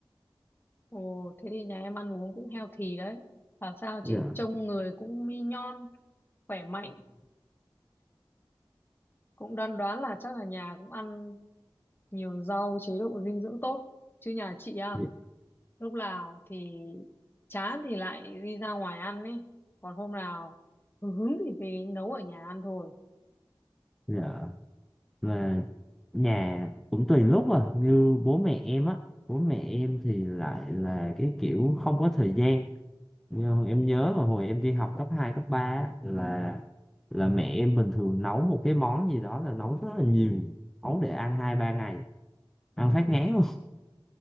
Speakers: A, on the left; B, in the centre.
A: Ồ, thế thì nhà em ăn uống cũng healthy đấy. Bảo sao
B: dạ
A: chị trông người cũng mi nhon, khỏe mạnh. Cũng đoán đoán là chắc là nhà cũng ăn nhiều rau, chế độ dinh dưỡng tốt. Chứ nhà chị à?
B: dạ
A: lúc nào thì chán thì lại đi ra ngoài ăn ấy còn hôm nào hứng thì về nấu ở nhà ăn thôi
B: dạ. mà nhà cũng tùy lúc à như bố mẹ em á bố mẹ em thì lại là cái kiểu không có thời gian Nhưng em nhớ là hồi em đi học cấp 2 cấp 3 á, là là mẹ em bình thường nấu một cái món gì đó là nấu rất là nhiều, nấu để ăn hai ba ngày, ăn phát ngán luôn.